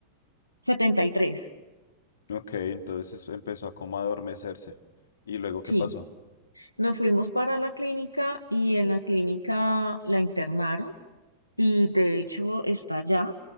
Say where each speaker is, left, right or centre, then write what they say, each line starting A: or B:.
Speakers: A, on the left; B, on the left.
A: Setenta y tres,
B: Ok, entonces empezó a como a adormecerse. ¿Y luego
A: Sí,
B: qué pasó?
A: nos fuimos para la clínica y en la clínica la internaron y de hecho está allá